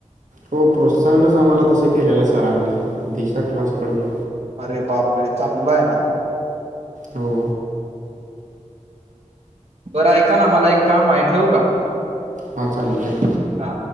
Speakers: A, on the right; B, on the right.
A: हो प्रोत्साहनच आम्हाला तसं केलेलं सरांनी दिशा क्लासकडून
B: अरे बाप रे चांगला आहेना.
A: हो..
B: बरं ऐकाना, मला एक काम आहे, ठेवू का.
A: हा, चालतय.
B: हा.